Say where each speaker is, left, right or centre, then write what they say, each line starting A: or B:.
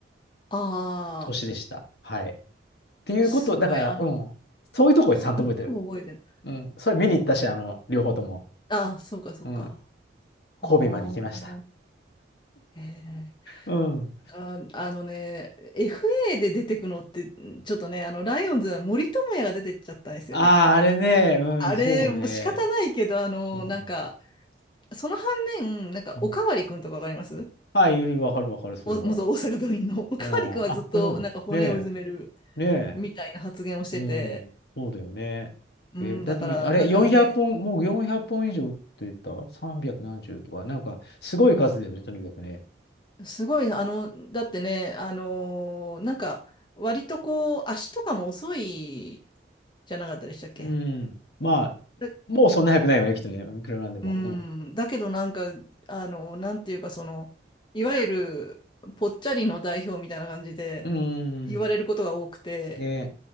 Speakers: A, on the left (about 25°); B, on the left (about 60°).
A: ああ、
B: 年でした。はい。っていうこと、
A: すごい、
B: だから、
A: あの、
B: うん。そういうところちゃんと覚えてる。
A: すごい覚えてる。
B: うん。それ見に行ったし、あの、両方とも。
A: ああ、そうか、そうか。
B: うん。
A: ああ、
B: 神戸まで来ました。
A: ええ。
B: うん。
A: あ、あのね、FA で出てくのって、ちょっとね、あの、ライオンズは森友哉が出てっちゃったんですよね。
B: ああ、あれね、うん、
A: あれ、
B: そうね。
A: もう仕方ないけど、あの、
B: うん。
A: なんか、その反面、なんか、
B: うん、
A: おかわりくんとかわかります
B: はい、ゆる、わかるわかる、それは。
A: お、元大阪桐蔭の。<laughs> おかわりくんはずっと、
B: うん。あ、これそうなの。
A: なんか、骨をうずめる
B: ねえ、ねえ。
A: みたいな発言をしてて、
B: うん、そうだよね。
A: うん、
B: え、だってもう、
A: だから、
B: あれ、
A: なんかね、
B: 400本、もう400本以上売ってた ?300 何十とか、なんか、すごい数だよね、とにかくね。
A: すごい、あの、だってね、あの、なんか、割とこう、足とかも遅いじゃなかったでしたっけ
B: うん。まあ、
A: だ
B: もうそんな早くないよね、きっとね。いくらなんでも。
A: うん、だけどなんか、あの、なんていうか、その、いわゆる、ぽっちゃりの代表みたいな感じで、
B: うん。
A: 言われることが多くて、
B: うん。ね、